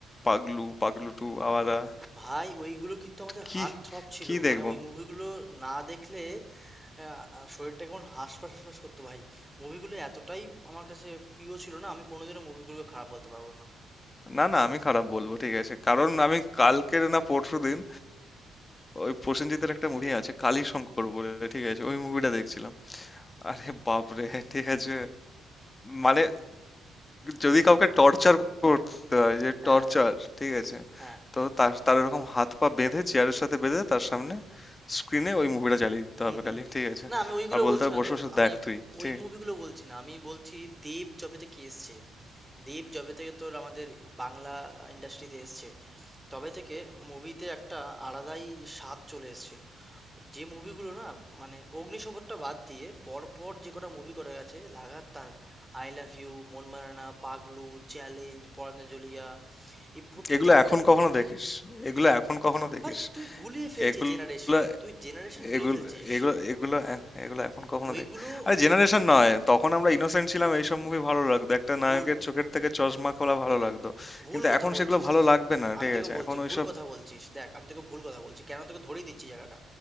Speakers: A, on the left (about 25°); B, in the centre.
A: পাগলু পাগলু টু আওয়ারা
B: ভাই ওইগুলো কিন্তু আমাদের
A: কি
B: হার্ট থ্রব ছিল
A: কি দেখবো
B: মানে ওই মুভিগুলো না দেখলে আহ, শরীরটা কেমন হাঁসফাঁস হাঁসফাঁস করতো ভাই মুভিগুলো এতটাই আমার কাছে প্রিয় ছিল না আমি কোনোদিনও মুভিগুলোকে খারাপ বলতে পারবো না
A: না না আমি খারাপ বলবো ঠিক আছে কারণ আমি কালকের না পরশু দিন ওই প্রসেনজিতের একটা মুভি আছে কালীশঙ্কর বলে ঠিক আছে ওই মুভিটা দেখছিলাম আরে বাপরে ঠিক আছে মানে যদি কাউকে টর্চার করতে হয় যে
B: হ্যাঁ
A: টর্চার ঠিক আছে
B: হ্যাঁ
A: তো তার তার এরকম হাত পা বেঁধে চেয়ারের সাথে বেঁধে তার সামনে স্ক্রিনে ওই মুভিটা চালিয়ে দিতে
B: <laughs> হুম,
A: হবে
B: হুম।
A: খালি ঠিক আছে
B: না আমি ওইগুলো
A: আর বলতে
B: বলছি
A: হবে
B: না
A: বসে
B: তো
A: বসে
B: আমি
A: দেখ তুই
B: ওই
A: ঠিক
B: মুভিগুলো বলছি না আমি বলছি দেব যবে থেকে এসছে দেব যবে থেকে তোর আমাদের বাংলা ইন্ডাস্ট্রিতে এসছে তবে থেকে মুভিতে একটা আলাদাই স্বাদ চলে এসেছিল যে মুভিগুলো না মানে অগ্নিশপথটা বাদ দিয়ে পরপর যে কটা মুভি করে গেছে লাগাতার আই লাভ ইউ মন মারানা পাগলু চ্যালেঞ্জ পরাঞ্জলিয়া এই প্রত্যেকটা
A: এগুলো এখন
B: মুভি
A: কখনো দেখিস এগুলো এখন কখনো দেখিস
B: ভাই তুই গুলিয়ে ফেলছিস
A: এগুলো
B: জেনারেশন তুই জেনারেশন গুলিয়ে
A: এগুলো
B: ফেলছিস
A: এগুলো এগুলো এ- এগুলো এখন কখনো
B: ওইগুলো
A: দেখ আরে জেনারেশন নয় তখন আমরা ইনোসেন্ট ছিলাম এইসব মুভি ভালো লাগতো একটা
B: ভুল
A: নায়কের চোখের
B: আ-
A: থেকে চশমা খোলা ভালো লাগতো
B: ভুল
A: কিন্তু
B: কথা
A: এখন
B: বলছিস
A: সেগুলো ভালো
B: তুই
A: লাগবে না
B: আমি
A: ঠিক
B: তোকে
A: আছে
B: বলছি
A: এখন ওইসব
B: ভুল কথা বলছিস দেখ আমি তোকে ভুল কথা বলছি কেন তোকে ধরিয়ে দিচ্ছি জায়গাটা